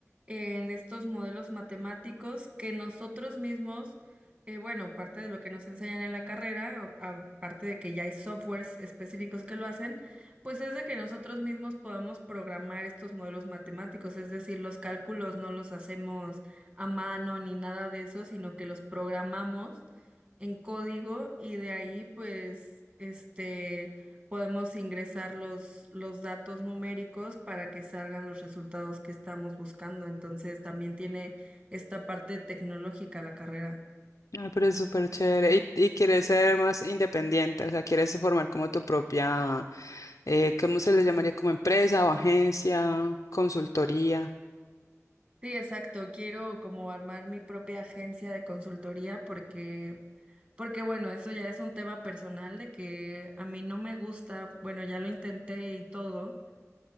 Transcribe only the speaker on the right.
en estos modelos matemáticos que nosotros mismos eh, bueno, parte de lo que nos enseñan en la carrera, a- aparte de que ya hay softwares específicos que lo hacen, pues es de que nosotros mismos podamos programar estos modelos matemáticos, es decir, los cálculos no los hacemos a mano ni nada de eso, sino que los programamos en código y de ahí pues este podemos ingresar los, los datos numéricos para que salgan los resultados que estamos buscando. Entonces, también tiene esta parte tecnológica la carrera.
Sí, exacto. Quiero como armar mi propia agencia de consultoría porque, porque bueno, eso ya es un tema personal de que a mí no me gusta, bueno, ya lo intenté y todo,